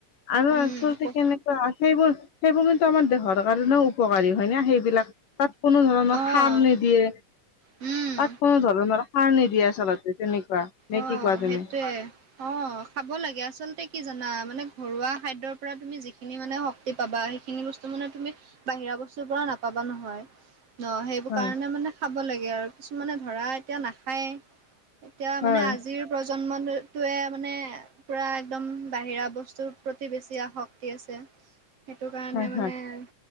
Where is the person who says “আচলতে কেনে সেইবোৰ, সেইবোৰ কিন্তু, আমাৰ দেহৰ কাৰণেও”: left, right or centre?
Left